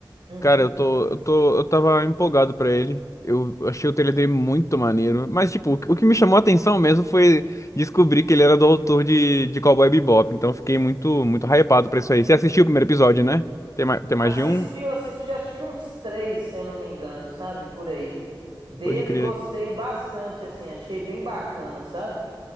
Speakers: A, on the right (about 85°); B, on the left (about 40°).
A: Uhum.
B: Cara, eu tô, eu tô, eu tava empolgado pra ele. Eu achei o trailer dele muito maneiro. Mas, tipo, o que o que me chamou a atenção mesmo foi descobrir que ele era do autor de, de Cowboy Bebop. Então, eu fiquei muito, muito hypado pra isso aí. Você assistiu o primeiro episódio, né? Tem mais, tem
A: Assisti,
B: mais de um?
A: eu assisti acho que uns três, se eu não me engano, sabe? Por aí. Dele
B: Pode crer.
A: gostei bastante, assim, achei bem bacana, sabe?